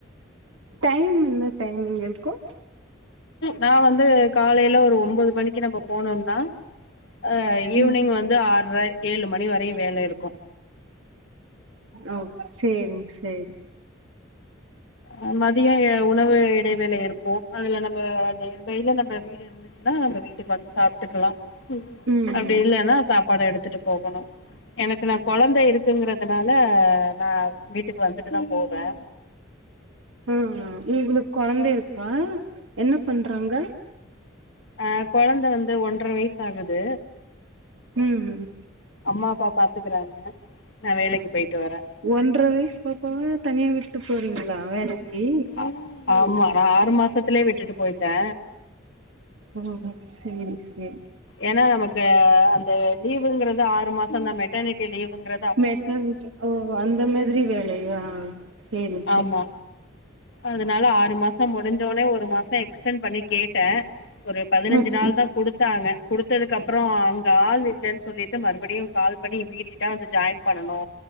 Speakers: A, on the right (about 80°); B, on the left (about 65°).
A: டைம் என்ன டைமிங் இருக்கு
B: நா வந்து காலைல ஒரு ஒன்பது மணிக்கு கி நம்ம போனோம்னா அ ஈவ்னிங்
A: ம்
B: வந்து ஆற்ர ஏழு மணி வரையு வேல இருக்கு
A: ஓ சேரிங் சேரி
B: அ மதியோ உணவு இடைவேளை இருக்கு அதுல நம்ம நியர்பைல நம்ம வீடு இருந்துச்சுன்னா நம்ம வீட்டுக்கு வந்து சாப்டுக்கலா
A: ம்
B: அப்டி இல்லன்னா சாப்பாடு எடுத்துட்டு போகணு எனக்கு நா கொழந்த இருக்குங்கறதுனால நா வீட்டுக்கு வந்துட்டுதா போவே
A: ம் ம் உங்களுக்கு கொழந்த இருக்கா என்ன பண்றாங்க
B: அ கொழந்த வந்து ஒன்ரை வயசு ஆகுது
A: ம் ம்
B: அம்மா அப்பா பாத்துக்குறாங்க நா வேலைக்கு போயிட்டு வரே
A: ஒன்ரை வயசு பாப்பாவ தனியா விட்டுட்டு போறீங்ளா வேலைக்கி
B: அ ஆமா நா ஆறு மாசத்துலயே விட்டுட்டு போயிட்டே
A: ம் சேரி சேரி
B: ஏன்னா நமக்கு அந்த லீவுங்கிறது ஆறு மாசம் தா மெட்டர்னிட்டி லீவுங்கிற
A: மெட்டர்னிட்டி ஓ அந்த மாதிரி வேலையா சேரி சேரி
B: ஆமா அதனால ஆறு மாசோ முடிஞ்சோனே ஒரு மாச எக்ஸ்டென் பண்ணி கேட்ட ஒரு பதினஞ்சு
A: ம்
B: நாள் தா கொடுத்த தாங்க குடுத்ததுக்கு அப்பறோ அங்க ஆள் இல்லன்னு சொல்லிட்டு மறுபடியு கால் பண்ணி இமீடியட்டா வந்து ஜாயின் பண்ணனு